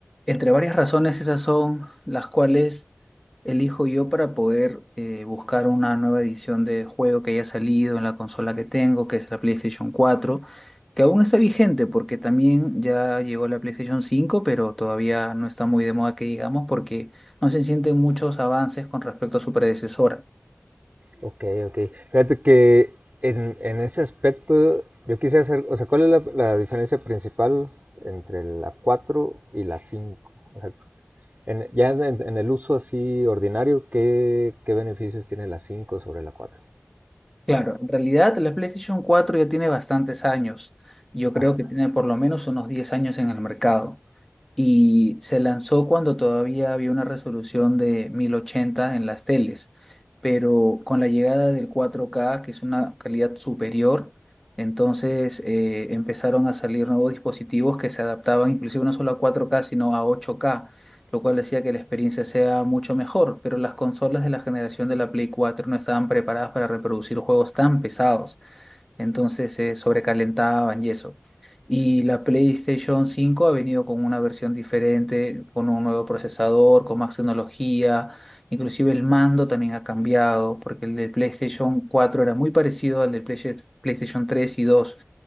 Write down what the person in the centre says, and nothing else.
Entre varias razones, esas son las cuales elijo yo para poder eh, buscar una nueva edición de juego que haya salido en la consola que tengo, que es la PlayStation 4, que aún está vigente porque también ya llegó la PlayStation 5, pero todavía no está muy de moda que digamos porque no se sienten muchos avances con respecto a su predecesora.
Claro, en realidad la PlayStation 4 ya tiene bastantes años. Yo creo
que tiene por lo menos unos 10 años en el mercado. y se lanzó cuando todavía había una resolución de 1080 en las teles, pero con la llegada del 4K, que es una calidad superior, entonces eh, empezaron a salir nuevos dispositivos que se adaptaban inclusive no solo a 4K, sino a 8K, lo cual decía que la experiencia sea mucho mejor, pero las consolas de la generación de la Play 4 no estaban preparadas para reproducir juegos tan pesados entonces se sobrecalentaban y eso. Y la PlayStation 5 ha venido con una versión diferente, con un nuevo procesador, con más tecnología, inclusive el mando también ha cambiado, porque el del PlayStation 4 era muy parecido al del Playsta- PlayStation 3 y 2,